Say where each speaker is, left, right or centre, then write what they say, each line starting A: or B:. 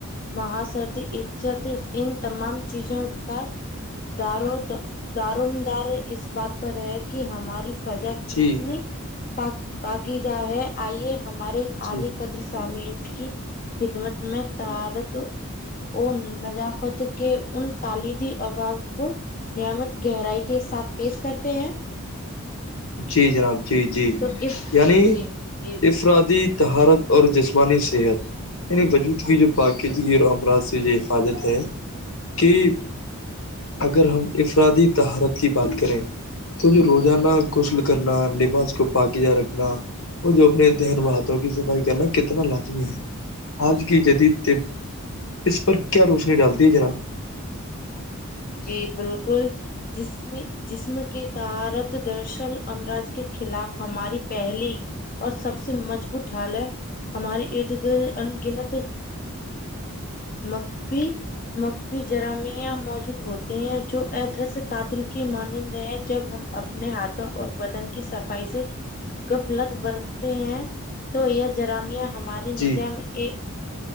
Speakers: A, on the left; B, on the left.
A: معاشرتی عزت ان تمام چیزوں کا دار و دا دار و مدار اس بات پر ہے کہ ہماری فضا کتنی
B: جی
A: پاک پاکیزہ ہے آئیے ہمارے <unintelligible>
B: جی
A: سامعین کی خدمت میں طہارت وہ نضافت کے ان کوالٹی عوام کو نعمت گہرائی کے ساتھ پیش کرتے ہیں
B: جی جناب جی جی
A: تو اس
B: یعنی
A: جی
B: اس
A: جی بالکل
B: انفرادی طہارت اور جسمانی صحت یعنی وجود کی جو پاکیزگی
A: جی
B: و امراض سے یہ حفاظت ہے کی اگر ہم انفرادی طہارت کی بات کریں تو یہ روزانہ غسل کرنا لباس کو پاکیزہ رکھنا وہ جو اپنے تن و ہاتھوں کی صفائی کرنا کتنا لازمی ہے آج کی جدید طب اس پر کیا روشنی ڈالتی ہے جناب
A: جی بالکل جس میں جسم کی طہارت دراصل امراض کے خلاف ہماری پہلی اور سب سے مضبوط ڈھال ہے ہمارے ارد گرد انگنت مکفی مکفی جرامیہ موجود ہوتے ہیں جو ادھر قاتل کی مانند ہیں جب ہم اپنے ہاتھوں اور بدن کی صفائی سے غفلت برتے ہیں تو یہ جرامیہ ہمارے
B: جی
A: نظام ے